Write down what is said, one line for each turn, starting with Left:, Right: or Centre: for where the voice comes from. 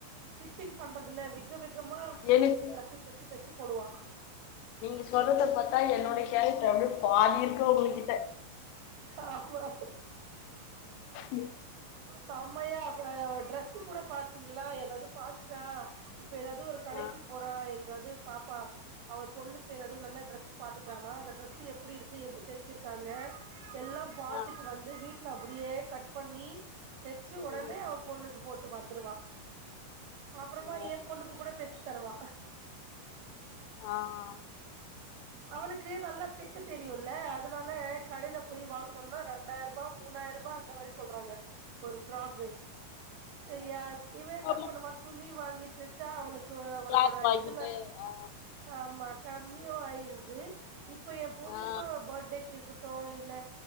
Right: ஸ்டிச்சிங் பண்றதுல விக விகமா பொண்ணுக்கு
Left: எனக்கு
Right: ட்ரெஸ் தெச்சு தெச்சு போடுவா
Left: நீங்க சொல்றத பாத்தா என்னுடைய கேரக்டர் அப்டியே பாதி இருக்கு அவுங்ககிட்ட
Right: ஆமா
Left: உம்
Right: செம்மையா அ ட்ரெஸ்ஸு கூட பாத்துங்களா ஏதாவது பாத்துட்டா இப்ப ஏதாவது ஒரு கடைக்கு
Left: ஆ
Right: போற எங்காது து பாப்பா அவ பொண்ணுக்கு ஏதாது நல்ல ட்ரெஸ் பாத்துட்டானா அந்த டிரஸ் எப்படி இருக்கு எப்படி தச்சிருக்காங்க எல்லாம் பாத்துட்டு
Left: ஆ
Right: வந்து வீட்டுல அப்டியே கட் பண்ணி தச்சு உடனே
Left: ம்
Right: அவ பொண்ணுக்கு போட் ட்டு பாத்துருவா அப்பறமா
Left: ஓ
Right: என் பொண்ணுக்கு கூட தச்சு தருவா
Left: ஆஹ்
Right: அவளுக்கு நல்லா தெக்க தெரியுல்ல அதனால கடையில போய் வாங்கனோனா ரெண்டாயிர ரூபா மூணாயிரூபா அந்த மாரி சொல்றாங்க ஒரு ஃபிராகு சரியா இவ என்ன
Left: ஆமா
Right: பண்ணுவா துணி வாங்கி தச்சா அவளுக்கு கு அவரோட
Left: கிளாத் வாங்கிட்டு
Right: இதுல
Left: ஆ
Right: ஆமா கம்மியோ ஆயில் து இப்ப என் பொண்ணுக்கு
Left: ஆ
Right: பர்த்டேக்கு இருக்கட்டு இல்ல